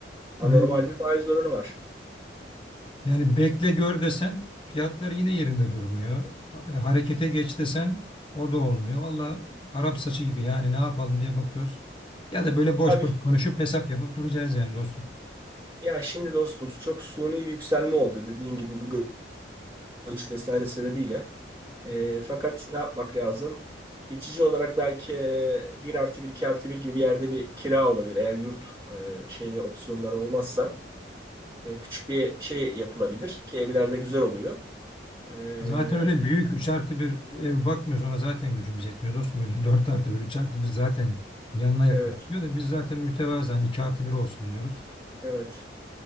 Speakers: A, on the right (about 20°); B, on the left (about 25°).
A: Anormal
B: Öyle.
A: bir faiz oranı var.
B: Yani bekle gör desen fiyatlar yine yerinde durmuyor. E, Harekete geç desen o da olmuyor. Valla Arap saçı gibi yani ne yapalım diye bakıyoruz. Ya da böyle boş
A: Abi
B: boş konuşup hesap yapıp duracağız yani dostum.
A: ya şimdi dostum çok suni bir yükselme oldu dediğin gibi bu göç vesaire sebebiyle. E, fakat ne yapmak lazım? Geçici olarak belki e, 1 artı bir 2 artı bir gibi bir yerde bir kira olabilir. Eğer yurt e, şeyde opsiyonları olmazsa e, küçük bir şey yapılabilir ki evlerde güzel oluyor. Ee,
B: Zaten öyle büyük 3 artı bir ev bakmıyoruz. Ona zaten gücümüz yetmiyor dostum. Öyle 4 artı bir 3 artı bir zaten yanına yaklaşıyor
A: evet,
B: da biz zaten mütevazı mütevazen 2 artı bir olsun diyoruz.
A: evet.